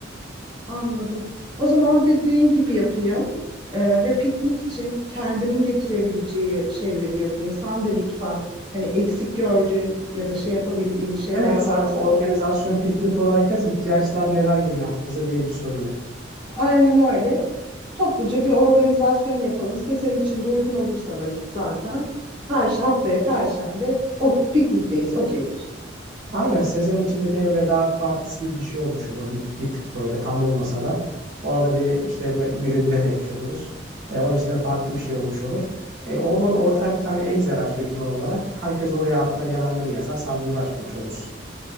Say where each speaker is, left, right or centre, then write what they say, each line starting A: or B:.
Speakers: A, on the right; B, on the right.
A: Anladım. O zaman dediğin gibi yapayım. Ee, ve piknik için kendimin getirebileceği şeyleri yazayım. Sen de lütfen hani eksik gördüğün ya da şey yapabildiğin şeyler
B: Evet, sen
A: varsa.
B: organizasyonu piknik olarak yaz, ihtiyaçlar neler geliyor aklınıza diye bir söyle.
A: Aynen öyle. Topluca bir organizasyon yapalım. Sezen için de uygun olursa vakit zaten. Perş haftaya Perşembe o piknikteyiz. Okeydir.
B: Aynen, sezenin içinde bir hem veda partisi gibi bir şey olmuş olur. Bir, bir tık böyle tam olmasa da. Ona da bir işte me- güle güle demiş oluruz. E, onun için de farklı bir şey olmuş olur. E, olmadı ortak bir tane Excel aç doküman olarak. Herkes oraya aklına gelenleri yazar. Sen de uğraşmamış olursun.